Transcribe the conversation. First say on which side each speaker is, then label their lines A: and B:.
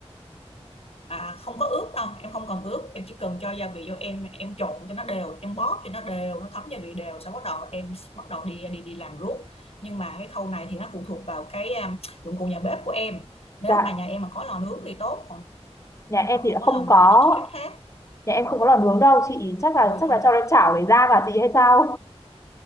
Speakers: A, on the left; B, on the left.
A: à, không có ướp đâu em không cần ướp em chỉ cần cho gia vị vô em em trộn cho nó đều em bóp cho nó đều nó thấm gia vị đều sau bắt đầu em bắt đầu đi đi đi làm ruốc nhưng mà cái khâu này thì nó phụ thuộc vào cái à, dụng cụ nhà bếp của em nếu
B: Dạ,
A: mà nhà em mà có lò nướng thì tốt còn
B: nhà em
A: nếu
B: thì
A: không
B: đã
A: có
B: không
A: lò nướng
B: có,
A: thì chị chỉ cách khác
B: nhà em không có lò nướng đâu chị, chắc là
A: ôi
B: chắc
A: không
B: là cho nó chảo để ra và chị hay sao?